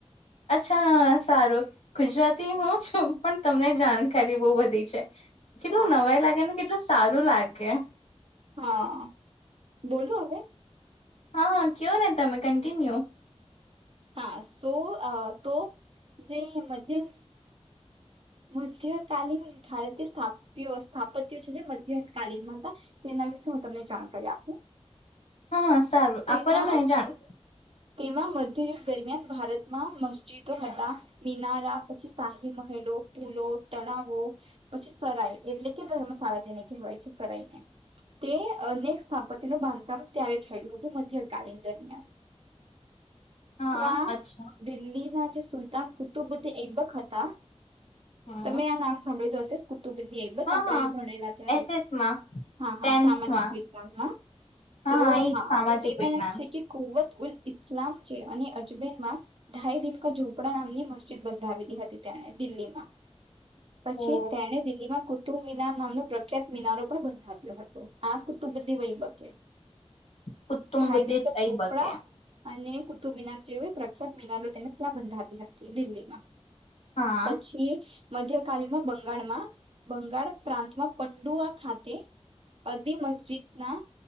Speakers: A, on the left (about 80°); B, on the right (about 55°).
A: અચ્છા સારું ગુજરાતી હું છું પણ તમને જાણકારી બહુ બધી છે કેટલું
B: હા
A: નવાય લાગે ને કેટલું સારું લાગે
B: હા બોલું હવે
A: હા કયો ને તમે કન્ટિન્યુ
B: હા સો તો જે મધ્યમ મધ્યકાલીન ભારતીય સ્ સ્થાપત્ય છે જે મધ્યકાલીન મા હતા તેના વિશે હું તમને જાણકારી આપું
A: હા સારું
B: તેમાં
A: આપણને મને જાણ
B: તેમાં મધ્યયુગ દરમિયાન ભારતમાં મ જિદો હત હી મ નારા પછી શાહી મહેલો પૂલો તળાવો પછી સરાય એટલે કે ધર્મશાળા તેને કહેવાય છે સરાઈને તેને સ્થાપ્ય નુ બાંધકામ ત્યારે થયેલું હતું મધ્યકાલીન દરમિયાન
A: હા
B: ત્યાં
A: અચ્છા
B: દિલ્હી ના સુલતાન કુતુબ એઈબક હતા
A: હમ
B: તમે આ નામ સાંભળી તો હશે કુટુંબીએબક
A: હા
B: આપ
A: હા
B: ભણેલા ત્યારે
A: એસએસમાં
B: હા હા
A: ટેન્થમાં
B: સામાજિક વિકાસમાં
A: હા
B: તો
A: એજ
B: હા
A: સામાજિક
B: તો તેમાં
A: વિજ્ઞાન
B: એમ છે કે ખુવટ ઉ ઇલામ અને અજમેરમાંઢાઈ દીનકા ઝોપડા નામની મસ્જિદ બંધાવીલી હતી તેણે દિલ્હીમાં પછી
A: ઓ
B: તેને દિલ્હીમાં કૂ કુતુ મીના નામનો પ્રખ્યાત મિનારો પણ બંધ આપ્યો હતો આ કુતુ બી વહીબકે
A: કુતુમ
B: ધઢાય
A: બુદ્ધિત
B: દીક ઝોપડા
A: અ બકે
B: અને તો મિના જેવએ પ્રખ્યાત મિના તેને ત્યાં બંધાવી હતી દિલ્હીમાં.
A: હા
B: પછી મધ્ય કામાં બંગાળમાં બંગાળ પ્રાંતમાં પંડુઆ ખાતે અદી મસ્જિદ ના